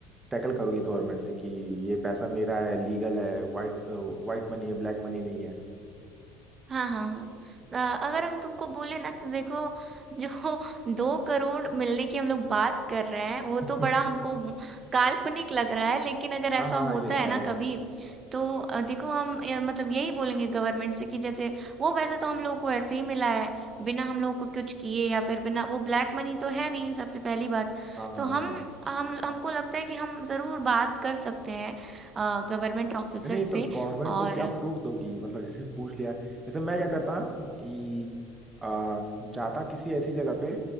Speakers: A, on the right; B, on the right.
A: टैकल करोगी गवर्नमेंट से कि ये पैसा मेरा है लीगल है वाइट वाइट मनी है ब्लैक मनी नहीं है
B: हाँ हाँ हाँ अ, अगर हम तुमको बोले ना तो देखो जो दो करोड़ मिलने की हम लोग बात कर रहे हैं वो
A: <laughs>
B: तो बड़ा हमको काल्पनिक लग रहा है लेकिन अगर ऐसा
A: हाँ हाँ
B: होता
A: ये तो
B: है
A: है
B: ना कभी तो अ, देखो हम अ, मतलब यही बोलेंगे गवर्नमेंट से कि जैसे वो वैसे तो हम लोगों को ऐसे ही मिला है बिना हम लोगों को कुछ किए या फिर बिना वो ब्लैक मनी तो है नहीं सबसे पहली बात
A: हाँ हाँ
B: तो हम
A: हाँ
B: हम हमको लगता है कि हम जरूर बात कर सकते हैं गवर्नमेंट ऑफिसर
A: नहीं
B: से
A: तो गवर्नमेंट
B: और
A: को क्या प्रूफ दोगी मतलब जैसे पूछ लिया जैसे मैं क्या करता कि आ, जाता किसी ऐसी जगह पे